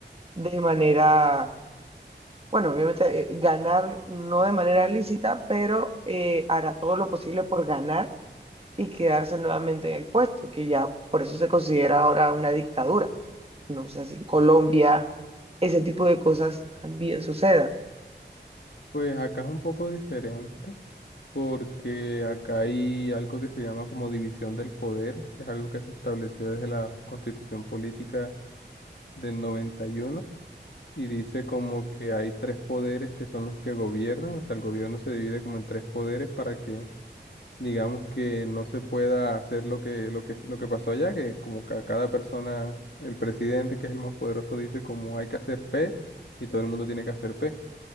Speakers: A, on the right; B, on the left.
A: de manera, bueno, obviamente eh, ganar no de manera lícita, pero eh, hará todo lo posible por ganar y quedarse nuevamente en el puesto, que ya por eso se considera ahora una dictadura. No sé si en Colombia ese tipo de cosas también sucedan,
B: pues acá es un poco diferente, porque acá hay algo que se llama como división del poder, que es algo que se estableció desde la Constitución Política del 91 y dice como que hay tres poderes que son los que gobiernan, o sea, el gobierno se divide como en tres poderes para que digamos que no se pueda hacer lo que, lo que, lo que pasó allá, que como que a cada persona, el presidente que es el más poderoso dice como hay que hacer P y todo el mundo tiene que hacer P.